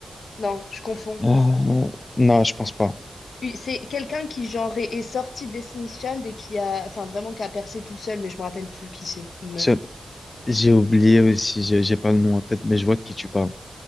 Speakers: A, on the left; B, on the left.
A: Non, je confonds.
B: Euh, non, je pense pas.
A: Oui, C'est quelqu'un qui genre est, est sorti de Destiny's Child et qui a, enfin vraiment qui a percé tout seul, mais je me rappelle plus qui c'est, une meuf.
B: Seul- J'ai oublié aussi, j'ai j'ai pas le nom en tête, mais je vois de qui tu parles.